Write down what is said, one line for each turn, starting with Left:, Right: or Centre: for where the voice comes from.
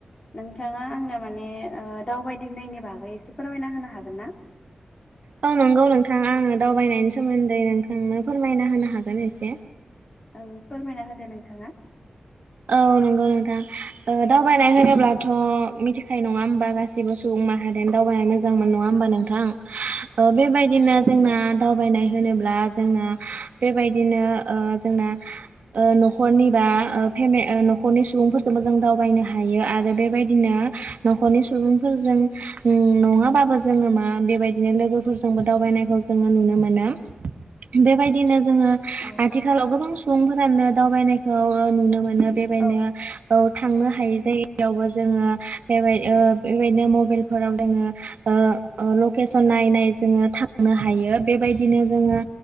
Left: नोंथाङा आंनो माने ओ दावबायदिंनायनि बागै एसे फोरमायना होनो हागोनना?
Right: औ नंगौ नोंथां आंङो दावबायनायनि सोमोन्दै नोंथांनो फोरमायना होनो हागोन एसे।
Left: औ फोरमायना होदो नोंथाङा।
Right: औ नंगौ नोंथां ओ दावबायनाय होनोब्लाथ मिथिखायो नङा होमबा गासिबो सुबुं माहा जियानो दावबायनो मोजां मोनो नंआ होमबा नोंथां ओ बेबायदिनो जोंना
Left: औ
Right: दावबायनाय होनोब्ला जोंना बेबायदिनो ओ जोंना ओ नखरनिबा ओ फेमे ओ नखरनि सुबुंफोरजोंबो जों दावबायनो हायो आरो बेबायदिनो नखरनि सुबुंफोरजों नङाबाबो जोङो मा बेबायदिनो लोगोफोरजोंबो दावबायनायखौ जोंङो नुनो मोनो। बेबायदिनो जोंङो
Left: औ
Right: आथिखालाव गोबां सुबुंफोरानो दावबायनायखौ नुनो मोनो बेबायदिनो
Left: औ
Right: औ थांनो हायि जायगायावबो जोंङो बेबाय बेबायदिनो मबाइलफोराव जोंङो ओ ओ लखेसन नायै नायै जोंङो थांनो हायो बेबायदि बिदिनो जोङो